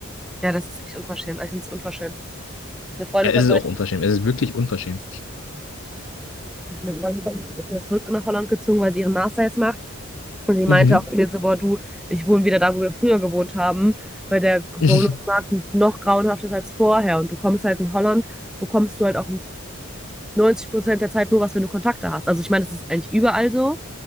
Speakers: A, in the centre; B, on the left.
A: Ja, das ist echt unverschämt. Also ich finde es unverschämt. Eine Freundin
B: Ja, es
A: von
B: ist
A: mir
B: auch unverschämt. Es ist wirklich unverschämt.
A: ist wieder zurück nach Holland gezogen, weil sie ihren Master jetzt macht. Und sie meinte
B: Mhm.
A: auch zu mir so, boah, du, ich wohne wieder da, wo wir früher gewohnt haben, weil der Wohnungsmarkt
B: <laughs>
A: noch grauenhafter ist als vorher. Und du kommst halt in Holland, bekommst du halt auch 90 Prozent der Zeit nur was, wenn du Kontakte hast. Also ich meine, das ist eigentlich überall so,